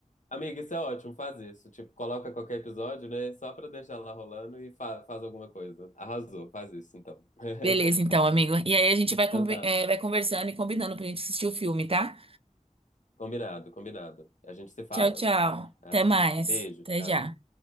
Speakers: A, on the left; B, on the right.
A: amiga, isso é ótimo, faz isso. Tipo, coloca qualquer episódio, né? Só pra deixar lá rolando e fa- faz alguma coisa. Arrasou, faz isso então. <laughs>
B: Beleza, então, amigo. E aí a gente
A: Então
B: vai, conver-
A: tá.
B: eh, vai conversando e combinando pra gente assistir o filme, tá?
A: Combinado, combinado. A gente se fala.
B: Tchau, tchau.
A: Ah,
B: Até mais.
A: beijo,
B: Até
A: tchau.
B: já.